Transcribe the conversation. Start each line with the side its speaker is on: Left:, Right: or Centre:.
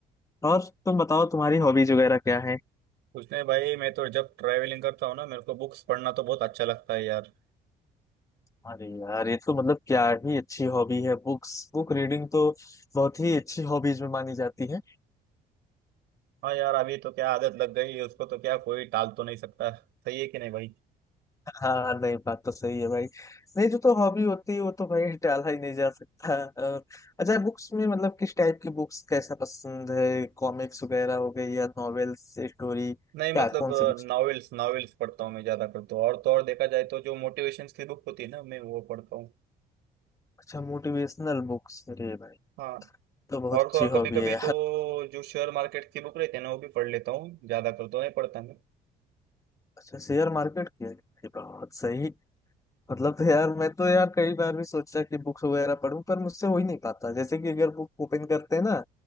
Left: और तुम बताओ तुम्हारी हॉबीज वगैरह क्या है
Right: कुछ नहीं भाई मैं तो जब ट्रैवलिंग करता हूँ ना मेरे को बुक्स पढ़ना तो बहुत अच्छा लगता है यार
Left: अरे यार ये तो मतलब क्या ही अच्छी हॉबी है बुक्स बुक रीडिंग तो बहुत ही अच्छी हॉबीज में मानी जाती है
Right: हाँ यार अभी तो क्या आदत लग गई है उसको तो क्या कोई टाल तो नहीं सकता सही है कि नहीं भाई
Left: हाँ नहीं बात तो सही है भाई नहीं जो तो हॉबी होती है वो तो भाई टाला ही नहीं जा सकता और अच्छा बुक्स में मतलब किस टाइप की बुक्स कैसा पसंद है कॉमिक्स वगैरह हो गई या नॉवेल्स स्टोरी क्या
Right: नहीं मतलब
Left: कौन सी बुक्स
Right: नॉवेल्स नॉवेल्स पढ़ता हूँ मैं ज़्यादा करता हूँ और तो और देखा जाए तो जो मोटिवेशन की बुक होती है ना मैं वो पढ़ता हूँ
Left: अच्छा मोटिवेशनल बुक्स अरे भाई
Right: हाँ
Left: तो बहुत
Right: और
Left: अच्छी
Right: तो और कभी
Left: हॉबी
Right: कभी
Left: है यार
Right: तो जो शेयर मार्केट की बुक रहती है ना वो भी पढ़ लेता हूँ ज़्यादा कर तो नहीं पढ़ता मैं
Left: अच्छा शेयर मार्केट की है? अरे, बहुत सही मतलब तो यार मैं तो यार कई बार भी सोचा कि बुक्स वगैरह पढूं पर मुझसे हो ही नहीं पाता जैसे कि अगर बुक ओपन करते हैं ना